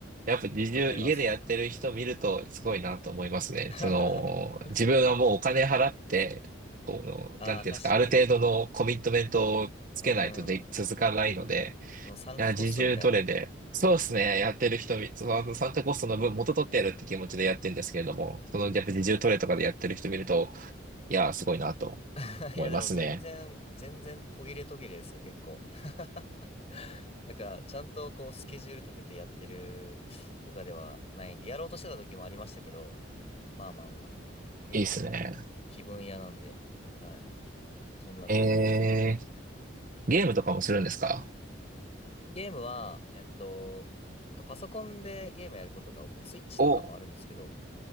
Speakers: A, on the right; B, on the left.
A: やっぱ自重、
B: わかります。
A: 家でやってる人見るとすごいなと思いますね。
B: <laughs>
A: その、自分はもうお金払って、この、
B: ああ、
A: なんていうんですか、
B: 確かに。
A: ある程度のコミットメントをつけないとで、
B: うんうんうん。
A: 続かないので、
B: そのサンクコストみたいな。
A: いや、自重どれで、そうですね、やってる人見、その、サンタコストの分元取ってやるって気持ちでやってるんですけれども、その、やっぱ自重トレとかでやってる人見ると、いや、すごいなと
B: <laughs>
A: 思いますね。
B: いや、でも全然、全然途切れ途切れですよ、結構。<laughs> なんか、ちゃんとこう、スケジュール立ててやってるとかではないんで、やろうとしてた時もありましたけど、まあまあまあ、結構、
A: いいっすね。
B: 気分屋なんで、はい。そんな感じですね。
A: えー、ゲームとかもするんですか
B: ゲームは、えっと、なんかパソコンでゲームやることが多くて、スイッチとかもあるんですけど、
A: お、